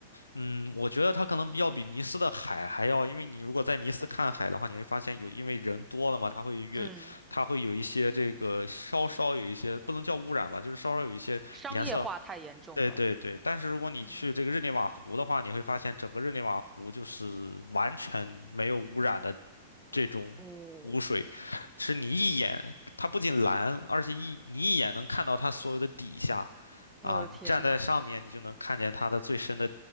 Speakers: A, on the left (about 85°); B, on the right (about 15°).
A: 嗯，我觉得它可能要比尼斯的海还要，因为你如果在尼斯看海的话，你会发现有，因为人多了嘛，它会越，
B: 嗯，
A: 它会有一些这个稍稍有一些，不能叫污染吧，就是稍稍有一些颜色
B: <laughs> 商业化太严重了。
A: 对对对，但是如果你去这个日内瓦湖的话，
B: 嗯，
A: 你会发现整个日内瓦湖就是完全没有污染的这种湖水，
B: 哦。
A: 是你一眼，它不仅蓝，而且一你一眼能看到它所有的底下，啊，
B: 我的天呐，
A: 你站在上面你就能看见它的最深的